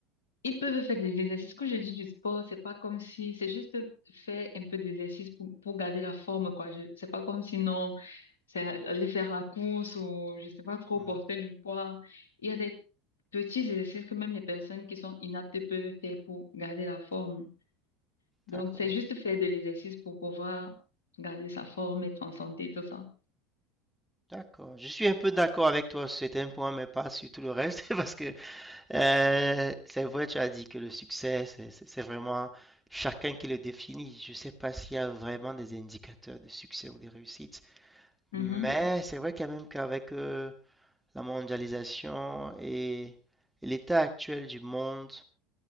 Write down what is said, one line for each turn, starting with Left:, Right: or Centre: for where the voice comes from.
Left: Ils peuvent faire des exercices. Quand je dis du sport, c'est pas comme si, c'est juste faire un peu d'exercice pour, pour garder la forme, quoi. Je, c'est pas comme si non, c'est aller faire la course ou, je sais pas trop,
Centre: Mhm.
Left: porter du poids. Il y a des petits exercices que même les personnes qui sont inaptes peuvent faire pour garder la forme. Donc,
Centre: D'accord.
Left: c'est juste faire de l'exercice pour pouvoir garder sa forme, être en santé, tout ça.
Centre: D'accord. Je suis un peu d'accord avec toi sur certains points, mais pas sur tout le reste, <laughs> parce que euh, c'est vrai, tu as dit que le succès, c'est c'est- c'est vraiment chacun qui le définit. Je ne sais pas s'il y a vraiment des indicateurs de succès ou de réussite,
Left: Mhm.
Centre: mais c'est vrai quand même qu'avec euh, la mondialisation et l'état actuel du monde,